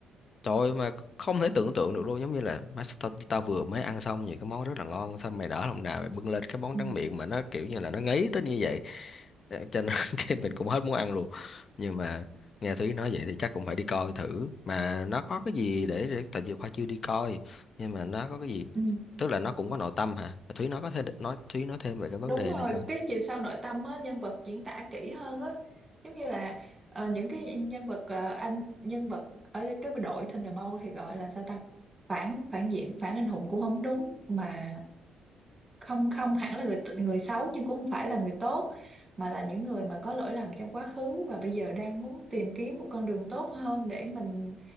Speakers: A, on the left (about 45°); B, on the right (about 20°).
A: trời ơi, mà không thể tưởng tượng được luôn giống như là má sao tao, tao vừa mới ăn xong những cái món rất là ngon xong mày nở lòng nào mày bưng lên cái món
B: ừ,
A: tráng miệng mà nó kiểu như là nó ngấy tới như vậy Ờ, cho nên <laughs> cái mình cũng hết muốn ăn luôn nhưng mà nghe Thúy nói vậy thì chắc cũng phải đi coi thử mà nó có cái gì để, để tại vì Khoa chưa đi coi nhưng mà nó có cái gì
B: ừ.
A: tức là nó cũng có nội tâm hả Ờ, Thúy nói có thêm nói Thúy nói thêm về cái vấn
B: đúng
A: đề
B: rồi
A: này coi
B: cái chiều sâu nội tâm á, nhân vật diễn tả kỹ hơn á giống như là ờ, những cái nhân vật ờ, anh nhân vật ở cái đội Thunderbolt thì gọi là sao ta phản phản diện phản anh hùng cũng không đúng mà không không hẳn là người t- người xấu nhưng cũng không phải là người tốt mà là những người mà có lỗi lầm trong quá khứ và bây giờ đang muốn tìm kiếm một con đường tốt hơn để mình